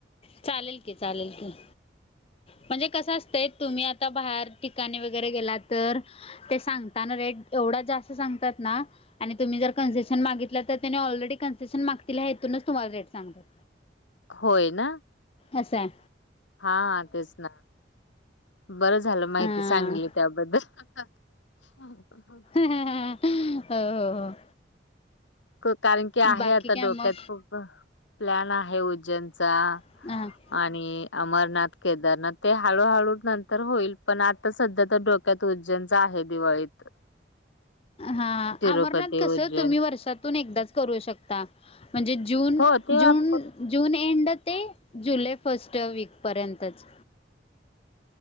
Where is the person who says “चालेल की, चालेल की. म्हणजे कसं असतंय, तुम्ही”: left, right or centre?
Left